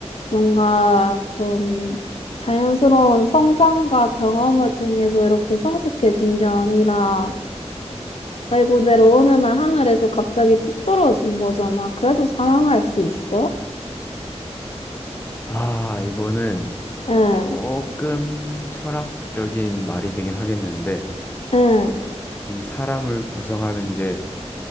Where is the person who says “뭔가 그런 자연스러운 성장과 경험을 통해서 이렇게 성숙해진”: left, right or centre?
Left